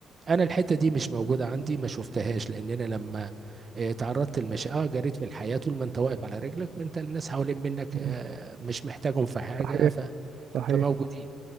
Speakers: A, on the right (about 40°); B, on the right (about 70°).
A: انا الحته دي مش موجوده عندي ما شفتهاش لان انا لما آه، تعرضت لمشاكل اه جريت في الحياه طول ما انت واقف على رجلك فانت الناس حوالين منك
B: مم.
A: آه، مش محتاجهم في حاجه
B: صحيح
A: ف...
B: صحيح
A: فموجودين